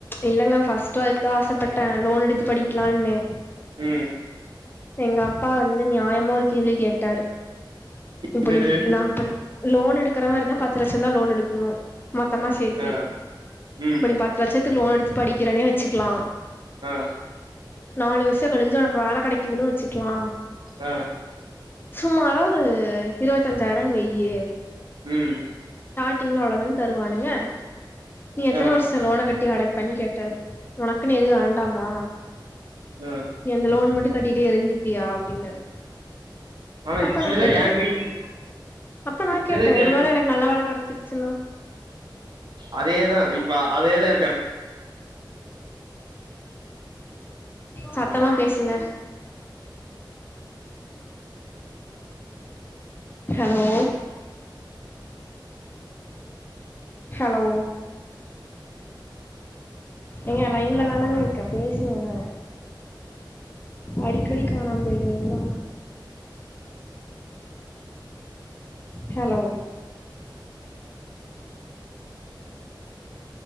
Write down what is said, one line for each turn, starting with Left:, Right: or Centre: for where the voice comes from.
Left: இல்லைங்க ஃப்ர்ஸ்ட் அதுக்குதா ஆசைப்பட்ட லோன் எடுத்து படிக்கலான்னு
Right: ம்
Left: எங்க அப்பா வந்து நியாயமா ஒரு கேள்வி கேட்டாரு இப்ப
Right: இல்லடி
Left: நீ இப் நா இப்ப லோன் எடுக் கற மாரி இருந்தா பத்து லட்சம்தா லோன் எடுக்குணு மொத்தமா சேத்தி,
Right: ஆ ம்
Left: இப்ப நீ பத்து லட்சத்துக்கு லோன் எடுத்து படிக்கிறனே வச்சுக்லா
Right: ஆ
Left: நாலு வருஷ கழிஞ்சு உனக்கு வேல கெடைக்குதுன்னு வச்சுக்லா
Right: ஆ
Left: சுமாரா ஒ ரு இருபத்தஞ்சாயிரனு வையி
Right: ம்
Left: டீங்ல அவ்ளோதான தருவானுங்க நீ எத்தன
Right: ஆ
Left: வருஷோ லோன கட்டி அடப் பண்ணி கேட்டாரு உனக்குனு எது வேண்டாமா
Right: ஆ
Left: நீ அந்த லோன் மட்டு கட்டிட்டே இருந்து பியா அப்டின்னாரு
Right: ஆனா
Left: அப்ப
Right: இப்டிதா
Left: நா கேட்டே,
Right: எ வீட்ல
Left: அப்ப நா
Right: இப்டிதா
Left: கேட்டே, ஒரு
Right: எ
Left: வேளை எனக்கு நல்ல வேல கெடச்சிரு ச்சினா
Right: அதேதா இப்ப அதேதா இப்ப என
Left: சத்தமா பேசுங்க ஹலோ ஹலோ ஏங்க லைன்ல தானேங்க இருக்கே பேசுங்க அடிக்கடி காணாம போயிருவீங்களா ஹலோ